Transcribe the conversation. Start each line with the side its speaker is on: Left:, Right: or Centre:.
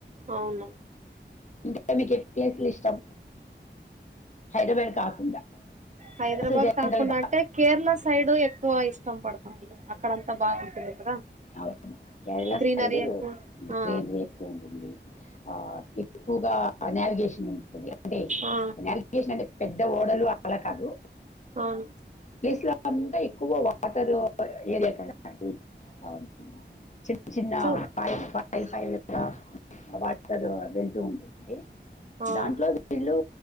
Right: అవును
Left: ఇంకా మీకు ఏ ప్లేస్ లు ఇష్టం హైడ్రాబ్యాడ్ కాకుండా
Right: హైదరబాద్
Left: అసలు జనరల్
Right: కాకుండా
Left: గా
Right: అంటే కేరళ సైడు ఎక్కువ ఇష్టం పడ్ అక్కడంత బాగుంటుంది కదా
Left: అవును కేరళ
Right: గ్రీనరీ
Left: సైడు
Right: ఎక్కువ
Left: గ్రేనరీ
Right: ఆ
Left: ఎక్కువుంటుంది ఆ ఎక్కువగా నావిగేషన్ ఉంటది అంటే
Right: ఆ
Left: నావిగేషన్ అంటే పెద్ద ఓడలు అలా కాదు
Right: అవును
Left: ప్లేస్ లో అంతా ఎక్కువ వాటరు ఏరియా కదా అది అవును చిన్న చిన్న
Right: చూ
Left: పైప పై పై <unintelligible> వాటర్ వెళ్తూంటది
Right: అవును
Left: దాంట్లో వీల్లూ